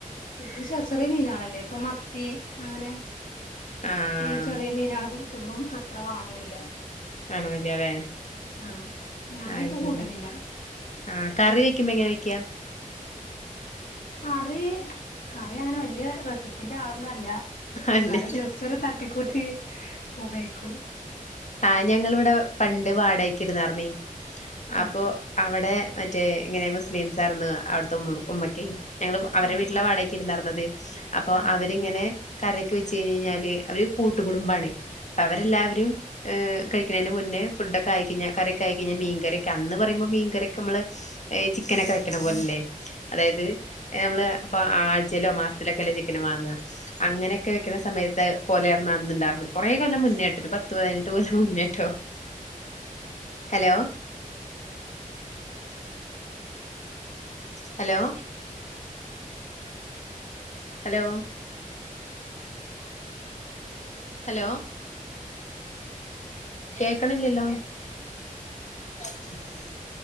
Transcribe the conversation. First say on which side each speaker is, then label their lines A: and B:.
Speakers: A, on the left; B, on the left.
A: ഇത് ശവചെറിയ മീനാണല്ലേ ഇപ്പൊ മത്തി അങ്ങനെ
B: ആഹ്
A: ഈ ചെറിയ മീനാൾ കുട്ടുമ്പം അത്ര വണണില്ല
B: വേണന്നില്ലാല്ലേ
A: ആഹ ഞാനായിക്ക
B: അത് ശരി
A: കൂട്ടലില്ല
B: ആഹ് കറി വെക്കുമ്പോ എങ്ങനെ വെക്ക
A: കറി കറി അങ്ങനെ വല്യ റെസിപ്പിന്റെ ആളൊന്നുംഇല്ല
B: അല്ലേ
A: ലാര ജസ്ചല്ല തട്ട കുട്ടി മബൈക്ക
B: ആഹ് ഞങ്ങിവിടെ പണ്ട് വാടകക്ക് ഇരുന്നാരന്ന അപ്പൊ
A: ആ
B: അവിടെ മറ്റേ ഇങ്ങനെ മുസ്ലിംസ ആന്ന് അവിടുത്തെ ഉമ്മ ഉമ്മക്കെയ ഞങ്ങള് അവരെടെ
A: ആ
B: വീട്ടിലെ
A: ആ
B: വാടകക്ക് ഇരുന്നാഞ്ഞത് അപ്പൊ
A: ആ
B: അവരിങ്ങനെ കറിയൊക്കെ വെച്ച് കഴിഞ്ഞ് കഴിഞ്ഞാല് അവര് കൂട്ട കുടബാണ് അപ്പ അവരെല്ലാവരും ഏഹ് കഴിക്കുന്നന് മുന്നേ ഫുഡ്ൊക്കെ കയഴിഞ്ഞ കറൊക്കെയക്കഴിഞ്ഞാ മീകരൊെ അന്ന് പറയുമ്പോ മീൻകരൊക്കെ നമ്മള് ഏഹ് ചിക്കനൊക്കെ വെക്കണ പോലല്ലേ അതായത് നമ്മള് ഇപ്പൊ ആഴ്ചയിലോ മാസത്തിലോക്കെല്ല ചിക്കന് വാങ്ങാ അങ്ങനെയക്കെ വെക്കണ സമയത്ത് പോലെആർന്ന് അന്നുണ്ടാർന്നു കുറെേ കാലം മുന്നേ ആട്ട ഒരു പത്ത് പതിന പത്ത് കൊല്ലം മുന്നേട്ടോ ഹലോ ഹലോ ഹലോ
A: <inaudible>
B: ഹലോ കേക്കണില്ലല്ലോ <inaudible>